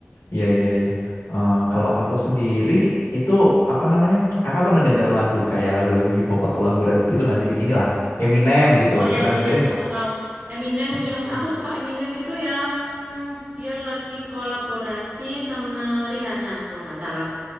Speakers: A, on the left; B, on the right.
A: Iya iya iya. Eh, kalau aku sendiri itu apa namanya? Kakak pernah denger lagu kayak lagu-lagu hip hop atau lagu rap gitu nggak sih? Inilah Eminem gitu.
B: Oh ya
A: Pernah
B: Eminem,
A: dengerin nggak
B: aku
A: Kak?
B: tahu. Eminem
A: Oh hmm.
B: yang aku suka Eminem itu yang dia lagi kolaborasi sama Rihanna kalau nggak salah.